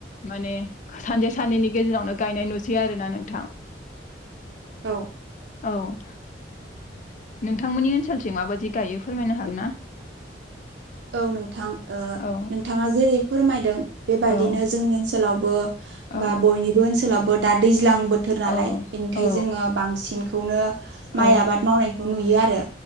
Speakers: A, on the left; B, on the right.
A: माने सानसे साननैनि गेजेरावनो गायनाय नुसै आरो ना नोंथां
B: <inaudible> औ
A: औ नोंथांमोननि ओनसोलथिं माबायदि गायो फोरमायनो हागोन ना
B: औ नोंथां
A: औ
B: नोंथांङा जेरै फोरमायदों बेबायदिनो
A: औ
B: जोंनि ओनसोलाव
A: औ
B: बा बयनिबो ओनसोलावबो दा दैज्लां बोथोर नालाय
A: औ
B: बेनिखायनो
A: औ
B: जोंङो बांसिन नो माइ
A: औ
B: आबाद मावनायखौ नुयो आरो